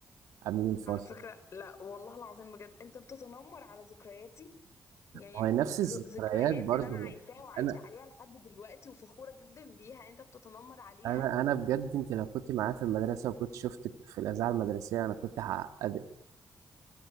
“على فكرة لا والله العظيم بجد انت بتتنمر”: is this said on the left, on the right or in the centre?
Left